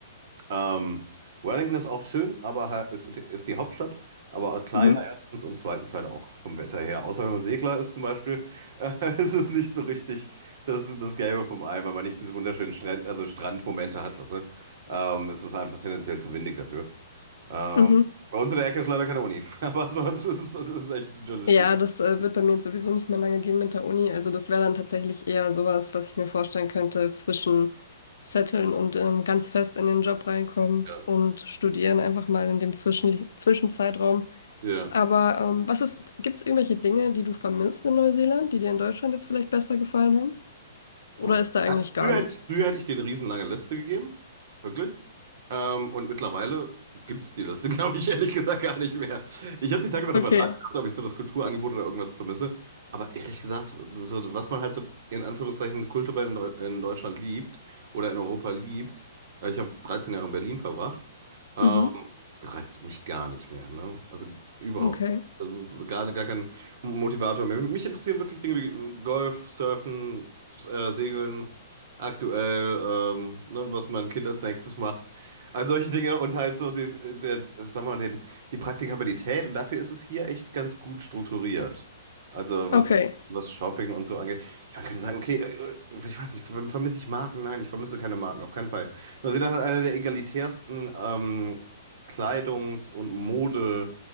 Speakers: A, on the right; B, on the left.
A: Ähm, Wellington ist auch schön, aber ha- ist, ist die Hauptstadt, aber auch kleiner
B: Mhm.
A: erstens und zweitens halt auch vom Wetter her. Außer wenn man Segler ist zum Beispiel, äh, <laughs> ist es nicht so richtig das, das Gelbe vom Ei, weil man nicht diese wunderschönen Strand, also Strandmomente hat, weißt du? Ähm, es ist einfach tendenziell zu windig dafür. Ähm,
B: Mhm.
A: bei uns in der Ecke ist leider keine Uni, <laughs> aber sonst ist es ist es echt idyllisch
B: Ja,
A: hier.
B: das äh, wird bei mir jetzt sowieso nicht mehr lange gehen mit der Uni. Also das wäre dann tatsächlich eher sowas, was ich mir vorstellen könnte zwischen Zetteln und ähm, ganz fest in den Job reinkommen
A: Ja.
B: und studieren einfach mal in dem Zwischen Zwischenzeitraum.
A: Ja.
B: Aber ähm, was ist, gibt's irgendwelche Dinge, die du vermisst in Neuseeland, die dir in Deutschland jetzt vielleicht besser gefallen haben? Oder
A: Mhm.
B: ist da eigentlich
A: Nein,
B: gar
A: Früher
B: nichts?
A: hätte ich, früher hätte ich denen eine riesenlange Liste gegeben. Wirklich. Ähm, und mittlerweile gibt es die Liste, <laughs> glaube ich, ehrlich gesagt gar nicht mehr. Ich habe die Tage mal drüber
B: Okay.
A: nachgedacht, ob ich so das Kulturangebot oder irgendwas vermisse. Aber ehrlich gesagt, so, was man halt so in Anführungszeichen kulturell in, Deu in Deutschland liebt oder in Europa liebt, weil ich habe 13 Jahre in Berlin verbracht, ähm,
B: Mhm.
A: reizt mich gar nicht mehr. Ne? Also überhaupt.
B: Okay.
A: nicht. Das ist gar, gar kein Motivator mehr. Mich interessieren wirklich Dinge wie Golf, Surfen äh, Segeln, aktuell, ähm, ne, was mein Kind als nächstes macht. All solche Dinge und halt so die, der, sag mal, die, die Praktikabilität und dafür ist es hier echt ganz gut strukturiert. Also was,
B: Okay.
A: was Shopping und so angeht. Ja, man könnte sagen, okay, äh, ich weiß nicht, verm- vermisse ich Marken? Nein, ich vermisse keine Marken, auf keinen Fall. Neuseeland hat eine der egalitärsten ähm, Kleidungs- und Mode-